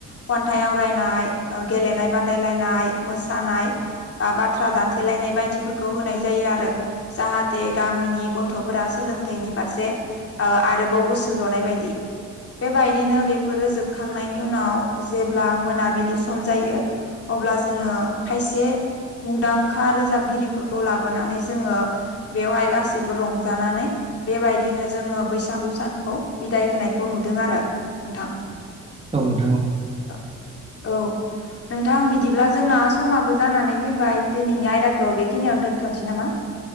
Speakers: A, on the left; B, on the right.
A: खन्थाइ आवरायनाय, ओ गेलेनाय बादायलायनाय, मोसानाय बा बाथ्रा दानथेलायनाय बायदिफोरखौ होनाय जायो आरो। जाहाथे गामिनि गथ'फोरा सोलोंथाइ नि फारसे‌ ओ आरोबाव गोसो जनाय बायदि बेबायदिनो बे फोरो जोबखांनायनि उनाव जेब्ला मोनाबिलि सम जायो। अब्ला जोङो खायसे मुंदांखा रोजाबगिरिफोरखौ लाबोनानै जोङो बेवहाय गासैबो रंजानानै बेबायदिनो जोङो बैसागु सानखौ बिदाय होनायखौ नुदों आरो नोंथां।
B: औ नोंथां औ।
A: <unintelligible> औ नोंथां बिदिब्ला जोंना समाबो जानानै फैबाय दिनैनि आयदाखौ बेखिनियावनो दोनथ'नोसै नामा?